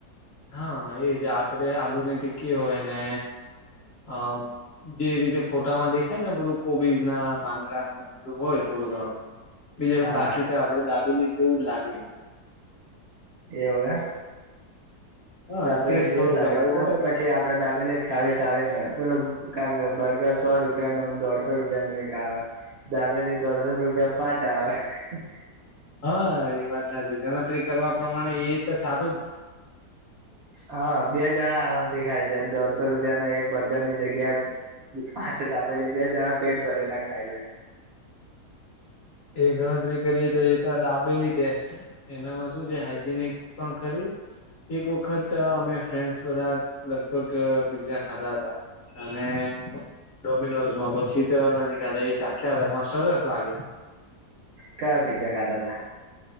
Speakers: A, on the left; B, on the right.
A: હા એજ આપડે આલુની ટીકી હોય ને અ જે રીતે ફોટામાં દેખાય ને બધું કોબીજ ના પાંદરાને એવું બધું હોય થોડું ઘણું બીજું
B: હા
A: બાકી તો આપડે દાબીની જેવું જ લાગે
B: એવવે
A: હા
B: દાબેલે
A: ટેસ્ટ
B: જેવું
A: થોડોક
B: જ લાગે
A: અલગ
B: તો
A: હોય
B: તો પછી આપડે દાબેલે ખાવ સારી ના પે ક બગર સો રૂપિયાનું દોઢસો રૂપિયાનુંું એક આવે જાબેલી દોઢસો રૂપિયા પાંચ આવે
A: હા એ વાત સાચી ગણતરી કરવા પ્રમાણે એ તો સારું જ
B: હા બે જણા આનાથી ખાય છે, દોઢસો રૂપિયાના એક બર્ગરની જગ્યા પાછ દાબેલી બે જણા પેટ ભરે ના ખાયલે.
A: એ ગણતરી કરીએ તો એ તો દાબેલી બેસ્ટ હો. એનામાં શું છે હાઈજેનિક પણ ખરી એક વખત અમે ફ્રેન્ડસ બધા લગભગ પીઝા ખાતા હતા. અને ડોમિનોઝમાં પછી તો એ ચાખ્યા હતા પણ સરસ લાગે.
B: ક પિઝ્ઝા ખાધા હતા?